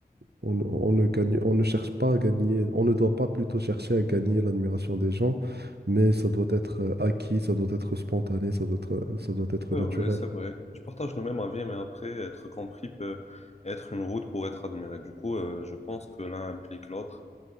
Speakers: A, on the right (about 75°); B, on the left (about 40°).
A: On, ne on ne gagne, on ne cherche pas à gagner, on ne doit pas plutôt chercher à gagner l'admiration des gens, mais ça doit être euh, acquis, ça doit être spontané, ça doit être, euh, ça doit être
B: C'est
A: naturel.
B: vrai, c'est vrai. Je partage le même avis, mais après, être compris peut être une route pour être admiré. Du coup, euh, je pense que l'un implique l'autre.